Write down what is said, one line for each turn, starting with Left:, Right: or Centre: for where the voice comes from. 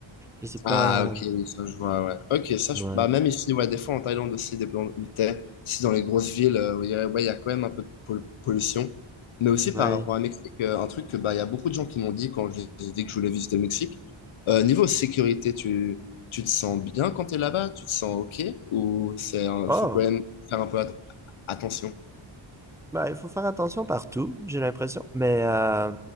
Centre: Je sais pas,
Left: Ah, ok,
Centre: euh,
Left: oui, ça je vois, ouais. Ok, ça,
Centre: ouais,
Left: je... bah même ici, ouais, des fois en Thaïlande aussi, dépendant des... si dans les grosses villes, euh, où il y a- ouais, il y a quand même un peu de pol- pollution. Mais aussi
Centre: ouais.
Left: par rapport à Mexique, euh, un truc que bah, il y a beaucoup de gens qui m'ont dit quand je les ai dit que je voulais visiter le Mexique. Euh, niveau sécurité, tu... tu te sens bien quand t'es là-bas? Tu te sens ok? Ou c'est un-
Centre: Oh,
Left: faut quand même faire un peu at- attention?
Centre: bah il faut faire attention partout, j'ai l'impression. Mais euh,